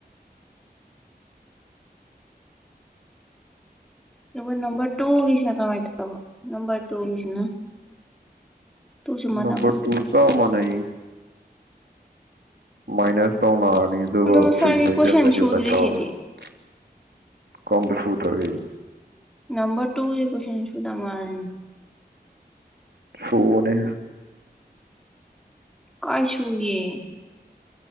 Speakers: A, in the centre; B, on the right.
A: <unintelligible> ꯅꯝꯕꯔ ꯇꯨꯒꯤꯁꯤꯅ ꯀꯃꯥꯥꯏ ꯇꯧꯕ꯫ ꯅꯝꯕꯔ ꯇꯨꯒꯤꯁꯤꯅ꯫ ꯇꯨꯁꯨ ꯃꯥꯟꯅꯕ
B: ꯅꯝꯕꯔ ꯇꯨ ꯆꯞ ꯃꯥꯅꯩꯌꯦ꯫ ꯃꯥꯏꯅꯁ ꯇꯧꯅ <unintelligible>
A: ꯑꯗꯣ ꯁꯥꯔꯒꯤ ꯀꯣꯏꯁꯟ
B: ꯍꯥꯏꯗꯤ
A: ꯁꯨꯗ꯭ꯔꯤꯁꯤꯗꯤ
B: <unintelligible> ꯀꯔꯝꯕ ꯁꯨꯗ꯭ꯔꯒꯦ꯫
A: ꯅꯝꯕꯔ ꯇꯨꯁꯦ ꯀꯣꯏꯁꯟ ꯁꯨꯗꯥ ꯃꯥꯜꯂꯦꯅꯦ꯫
B: ꯁꯨꯕꯅꯦ꯫
A: ꯀꯥꯏꯁꯨꯨ ꯒꯦ꯫